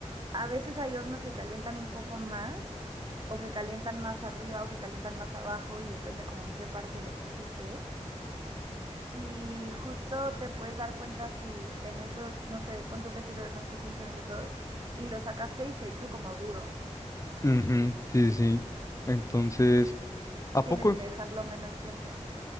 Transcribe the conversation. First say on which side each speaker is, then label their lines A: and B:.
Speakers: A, on the right; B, on the left.
A: A veces hay hornos que calientan un poco más, o que calientan más arriba, o que calientan más abajo, y depende como en qué parte lo pusiste. Y justo te puedes dar cuenta si en esos, no sé, pon tú que si lo dejaste 15 minutos y lo sacaste y se hizo como duro.
B: Ujú, sí, sí. sí. Entonces, ¿a
A: Tienes
B: poco?
A: que dejarlo menos tiempo.